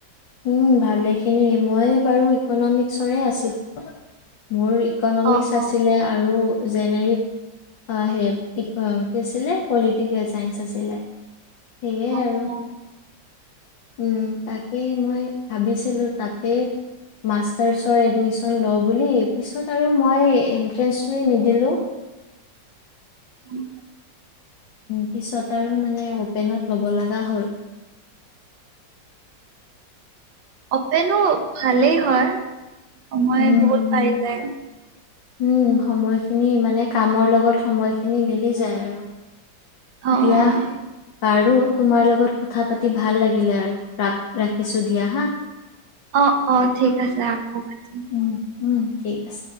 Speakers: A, on the left; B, on the right.
A: উম ভালেখিনিয়ে, মই বাৰু ইকনমিক্সৰে আছিলো। মোৰ ইকনমিক্স
B: অ
A: আছিলে
B: অ
A: আৰু জেনেৰিক অ সেই ইক কি আছিলে পলিটিকেল চাইন্ঞ্চ আছিলে। সেয়ে
B: অ
A: আৰু
B: অ।
A: উম তাকে। মই ভাবিছিলোঁ তাতেই মাষ্টাৰছৰ এডমিশন লওঁ বুলি পিছত আৰু মই এন্ট্ৰেঞ্চটোৱে নিদিলোঁ।
B: উম।
A: পিছত আৰু মানে অপেনত ল'ব লগা হ'ল।
B: অপেনো ভালেই হয়। সময়
A: উম
B: বহুত
A: উম
B: পাই যায়।
A: উম সময়খিনি মানে কামৰ লগত সময়খিনি মিলি যায় আৰু।
B: অঁ
A: দিয়া
B: অঁ।
A: বাৰু তোমাৰ লগত কথা পাতি ভাল লাগিলে আৰু ৰা ৰাখিছো দিয়া হা।
B: অঁ অঁ ঠিক আছে আকৌ পাতিম।
A: উম উম ঠিক আছে